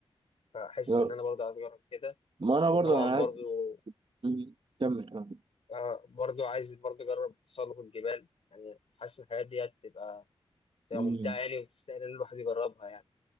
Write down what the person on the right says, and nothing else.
يا-
ما انا
برضو انا عايز-
مم. كمل كمل
امم